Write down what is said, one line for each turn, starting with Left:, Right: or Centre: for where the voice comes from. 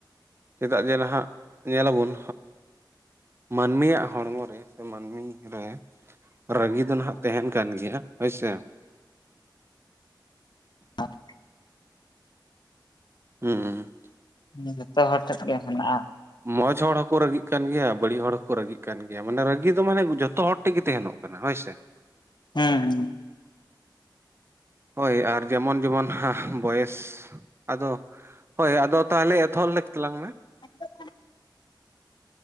Right: ᱪᱮᱫᱟᱜ ᱡᱮ ᱱᱟᱦᱟᱜ ᱧᱮᱞᱟᱵᱚᱱ ᱢᱟᱹᱱᱢᱤᱭᱟᱜ ᱦᱚᱲᱢᱚ ᱨᱮ ᱢᱟᱹᱱᱢᱤ ᱨᱮ ᱨᱟᱹᱜᱤ ᱫᱚ ᱱᱟᱦᱟᱜ ᱛᱟᱦᱮᱱ ᱠᱟᱱ ᱜᱮᱭᱟ, ᱦᱳᱭᱥᱮ?
Left: <inaudible>
Right: ᱦᱮᱸ
Left: ᱡᱷᱚᱛᱚ ᱦᱚᱲ ᱴᱷᱮᱱ ᱜᱮ ᱦᱮᱱᱟᱜ-ᱟ᱾
Right: ᱢᱚᱸᱡᱽ ᱦᱚᱲ ᱦᱚᱸᱠᱚ ᱨᱟᱹᱜᱤᱜ ᱠᱟᱱ ᱜᱮᱭᱟ, ᱵᱟᱹᱲᱤᱡ ᱦᱚᱲ ᱦᱚᱸᱠᱚ ᱨᱟᱹᱜᱤᱜ ᱠᱟᱱ ᱜᱮᱭᱟ, ᱢᱟᱱᱮ ᱨᱟᱹᱜᱤ ᱫᱚ ᱢᱟᱱᱮ ᱡᱚᱛᱚ ᱦᱚᱲ ᱴᱷᱮᱱ ᱜᱮ ᱛᱟᱦᱮᱱᱚᱜ᱾ ᱠᱟᱱᱟ ᱦᱳᱭ ᱥᱮ?
Left: ᱦᱮᱸ ᱦᱩᱸ
Right: ᱦᱳᱭ ᱟᱨ ᱡᱮᱢᱚᱱ ᱡᱮᱢᱚᱱ ᱵᱚᱭᱮᱥ ᱟᱫᱚ ᱦᱳᱭ ᱟᱫᱚ ᱛᱟᱦᱚᱞᱮ ᱮᱛᱚᱦᱚᱞ ᱛᱟᱞᱟᱝ ᱢᱮ᱾
Left: <inaudible>